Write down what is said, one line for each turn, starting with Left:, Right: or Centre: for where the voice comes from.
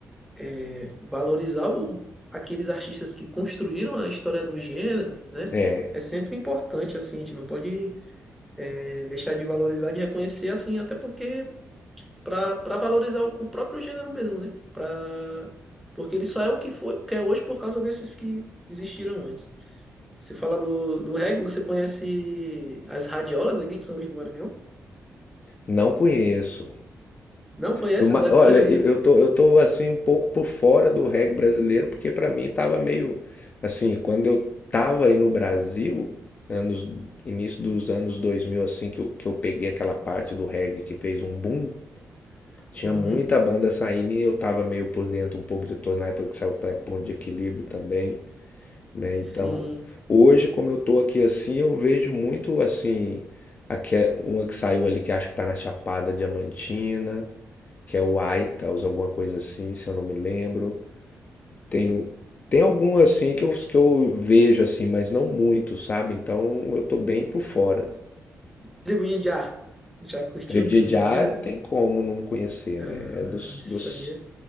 Centre: é, valorizar o- aqueles artistas que construíram a história do gênero, né?
Left: É,
Centre: É sempre importante, assim, a gente não pode é, deixar de valorizar, de reconhecer, assim, até porque para valorizar o, o próprio gênero mesmo, né? Pra, porque ele só é o que foi, que é hoje por causa desses que existiram antes. Você fala do, do reggae, você conhece as radiolas aqui que são Luís do Maranhão?
Left: não conheço.
Centre: Não conhece
Left: Do ma-
Centre: as radiolas
Left: Olha,
Centre: aqui?
Left: eu eu tô, eu tô assim um pouco por fora do reggae brasileiro, porque pra mim tava meio assim, quando eu tava aí no Brasil, anos início dos anos 2000 assim que eu, que eu peguei aquela parte do reggae que fez um boom, tinha
Centre: Uhum.
Left: muita banda saindo e eu tava meio por dentro um pouco de todos na época que saiu o Ponto de Equilíbrio também, né? Então,
Centre: Sim.
Left: hoje como eu tô aqui assim, eu vejo muito assim, aque- uma que saiu ali que acho que tá na Chapada Diamantina, que é o Itals, alguma coisa assim, se eu não me lembro. tenho tem algum assim que eu, que eu vejo assim, mas não muito, sabe? Então eu tô bem por fora.
Centre: Tribo de Já. Já curtiu
Left: Trip
Centre: o Tribo
Left: já
Centre: de Já?
Left: não tem como não conhecer,
Centre: Ah,
Left: né? É dos,
Centre: isso
Left: dos,
Centre: aí é.